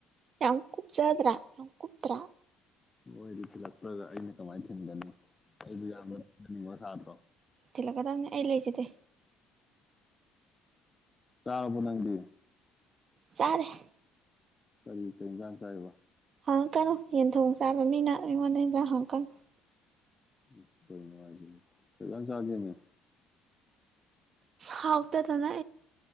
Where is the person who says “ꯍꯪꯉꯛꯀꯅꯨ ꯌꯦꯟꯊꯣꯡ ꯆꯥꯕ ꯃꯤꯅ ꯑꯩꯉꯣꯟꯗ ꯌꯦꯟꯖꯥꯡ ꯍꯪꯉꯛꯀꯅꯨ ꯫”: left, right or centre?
Right